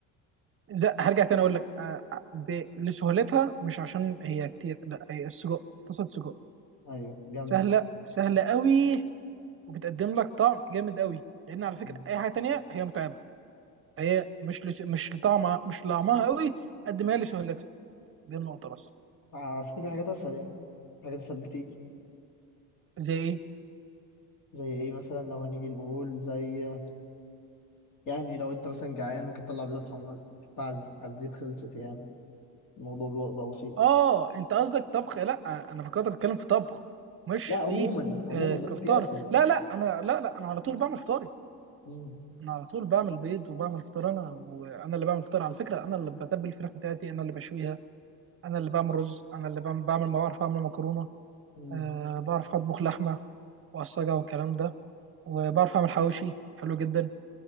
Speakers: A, on the right; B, on the left.
A: زي هرجع تاني أقول لك آه، آه، ب- لسهولتها مش عشان هي كتير لا هي السجق طاسة سجق
B: ايوه جامده
A: سهلة سهلة قوي وبتقدم لك طعم جامد قوي لأن على فكرة
B: مم.
A: أي حاجة تانية هي متعبة هي مش لس- مش لطعمها مش لطعمها قوي قد ما هي لسهولتها دي النقطة بس
B: على فكره في حاجات اسهل يعني في حاجات اسهل بكتير
A: زي إيه؟
B: زي ايه مثلا لو هنيجي نقول زي يعني لو انت مثلا جعان ممكن تطلع بيضه حمراء تحطها على الز- على الزيت خلصت يعني الموضوع بيبقى بقى بسيط
A: اه انت قصدك طبخ لا انا فكرت بتكلم في طبخ مش
B: لا
A: في
B: عموما عموما
A: آه كفطار
B: بس في اسهل
A: لا لا انا لا لا انا على طول بعمل فطاري
B: مم.
A: انا على طول بعمل بيض وبعمل فطار انا وانا اللي بعمل فطار على فكره انا اللي بتبل الفراخ بتاعتي انا اللي بشويها انا اللي بعمل رز انا اللي بعمل بعمل بعرف اعمل مكرونه
B: مم.
A: آه بعرف اطبخ لحمه واعصجها والكلام ده وبعرف اعمل حواوشي حلو جدا